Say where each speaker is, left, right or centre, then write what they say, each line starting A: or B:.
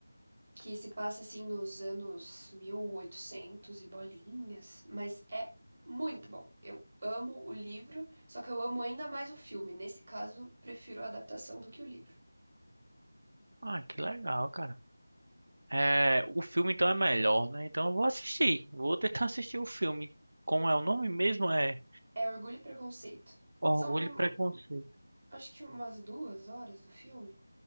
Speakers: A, on the right (about 40°); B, on the right (about 55°).
A: que se passa assim nos anos 1800 e bolinhas, mas é muito bom. Eu amo o livro, só que eu amo ainda mais o filme. Nesse caso, prefiro a adaptação do que o livro.
B: Ah, que legal, cara. É, o filme então é melhor, né? Então eu vou assistir. Vou tentar assistir o filme. Como é o nome mesmo? É
A: É Orgulho e Preconceito.
B: Orgulho
A: São,
B: e Preconceito.
A: acho que umas duas horas do filme,